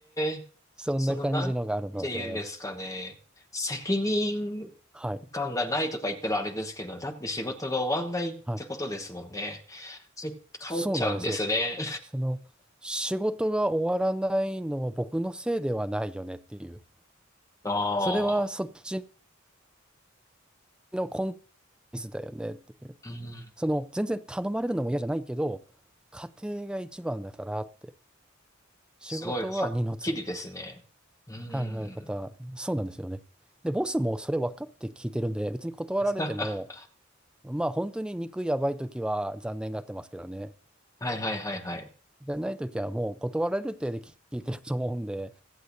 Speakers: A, on the left; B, in the centre.
A: えーその、
B: そんな感じのがあるので、
A: なんて言うんですかね。責任
B: はい、
A: 間がないとか言ったらあれですけど、だって仕事が終わんないってことですもんね。
B: はい、
A: それ帰っちゃうんですね。
B: そうなんですよ。その、仕事が終わらないのは僕のせいではないよねっていう、
A: <laughs> ああ、
B: それはそっちのコンテンツだよねっていう、
A: うん。
B: その、全然頼まれるのも嫌じゃないけど、家庭が一番だからって、仕事は二の次って
A: すごいはっきりですね。うん。
B: 考え方、そうなんですよね。で、ボスもそれ分かって聞いてるんで、別に断られても、
A: <laughs> は
B: まあ本当に肉やばい時は残念がってますけどね。
A: いはいはいはい。
B: じゃないときはもう断られるってで聞いてると思うんで、